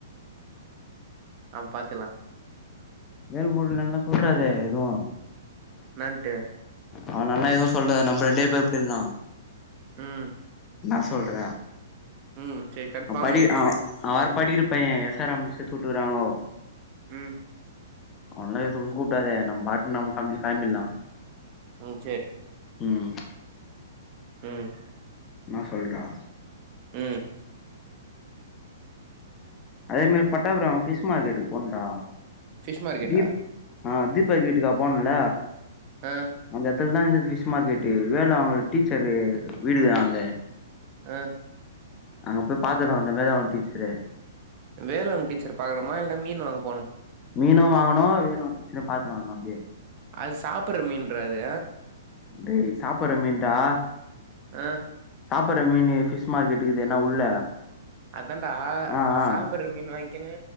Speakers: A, on the right; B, on the left.
A: ஆ பாத்துல்லா
B: மேல் முருலல்லா சொல்றாதே எதுவு
A: நன்ட்டு
B: அவனான்ட எதுவு சொல்லாத நம்ம ரெண்டே பேர் போய்லா
A: ம்
B: நா சொல்ற
A: ம் சரி கன்ஃபார்மு
B: அவ படி ஆ அவர் படிக்கிற பையே எஸ் ஆர் ரம்ல சேத்து விட்டுருக்குறாங்கோ
A: ம்
B: ஒன்ன எதுவு கூப்டாத நம்ம பாட்னு நம்ம காம்லி கெளம்பில்லா
A: ம் சேரி
B: ம் ம்
A: ம்
B: என்னா சொல்டா
A: ம்
B: அதே மாரி பட்டாபுரம் பிஷ் மார்க்கெட் போனன்டா
A: ஃபிஷ் மார்க்கெட்டா
B: தீப் ஆ தீப் ப் பாக்கெட்டுக்கா போனல்ல
A: ஆ
B: அந்த எடத்துல தா இருந்தது பிஷ் மார்க்கெட்டு் வேல வாங்குற அவுங்க டீச்சரு வீடுதா அங்க
A: ஆ
B: அங்க போய் பாத்துட்டு வந்தே வேல வாங்குற டீச்சரு
A: வேல வாங்ற டீச்சர பாக்கலாமா இல்ல மீன் வாங்கப்
B: மீனு வாங்கணு வேல வாங்குற டீச்சரையு பாத்துணு வரணு அப்டியே
A: அது சாப்புட்ற மீன்ரா அது
B: டேய் சாப்புட்ற மீன் டா
A: ஆ
B: சாப்புட்ற மீனு பிஷ் மார்கெட்டு இருக்குதேன உள்ள
A: அதான்டா
B: ஆ ஆ
A: சாப்புட்ற மீன் வாங்கிக்கினு